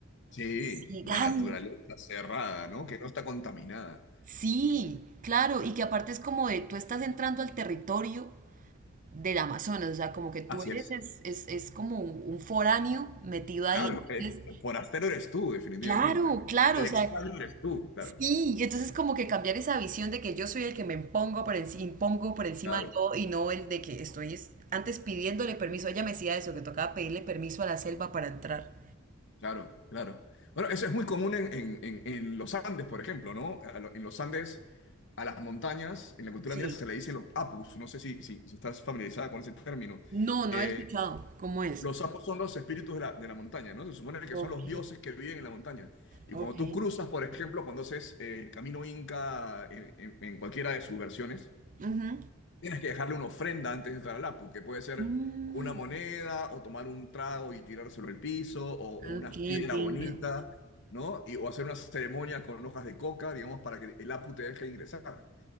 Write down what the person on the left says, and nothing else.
Sí,
la naturaleza cerrada, ¿no? Que no está contaminada.
Así
es.
Claro,
el
forastero eres tú, definitivamente.
El
extraño
eres tú, claro,
claro,
claro, claro. Bueno, eso es muy común en, en- en- en los Andes, por ejemplo, ¿no? A lo- En los Andes, a las montañas, en la cultura
andina se le dicen los apus, no sé si, si, si estás familiarizada con ese término.
Eh,
los apus son los espíritus de la, de la montaña, ¿no? Se supone que
son los dioses que viven en la montaña. Y
cuando tú cruzas, por ejemplo, cuando haces eh, el camino inca en en- en cualquiera de sus versiones,
Tienes que dejarle una ofrenda antes de entrar al Apu, que puede ser
una moneda, o tomar un trago y tirárselo al piso, o, o una
piedra
bonita, ¿no? Y, o hacer una ceremonia con hojas de coca, digamos, para que el Apu te deje ingresar.